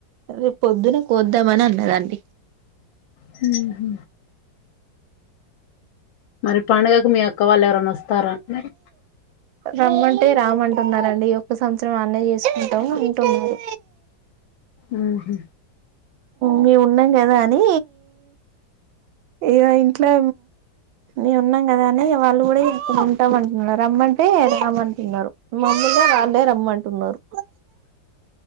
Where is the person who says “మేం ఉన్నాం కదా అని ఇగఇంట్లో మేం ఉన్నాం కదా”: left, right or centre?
Right